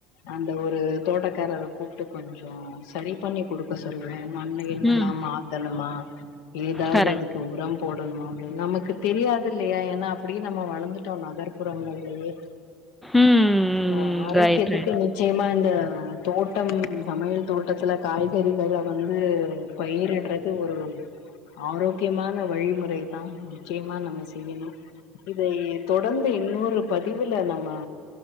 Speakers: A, on the left (about 70°); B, in the centre.
A: அந்த ஒரு தோட்டக்காரர கூப்ட்டு கொஞ் சோ சரி பண்ணி குடுக்க சொல்லுவே மண்ணு என்னல்லா
B: ம்
A: மாத்தணுமா ஏதாவது
B: கரெக்ட்
A: அது க்கு உரம் போடணுமா அப்டின்னு நமக்கு தெரியாது இல்லையா ஏன்னா அப்டியே நம்ம வளர்ந்துட்டோ நகர்ப்புறங்கள்லயே
B: ம்
A: ஓ ஆரோக்கியத்துக்கு
B: ரைட் ரைட்
A: நீ நிச்சயமா இந்த தோட்டம் சமையல் தோட்டத்துல காய்கறிகளா வந்து பயிட்டிறது ஒரு ஆரோக்கியமான வழிமுறை தா நிச்சயமா நம்ம செய்யணு இதை தொடர்ந்து இன்னோரு பதிவுல நம்ம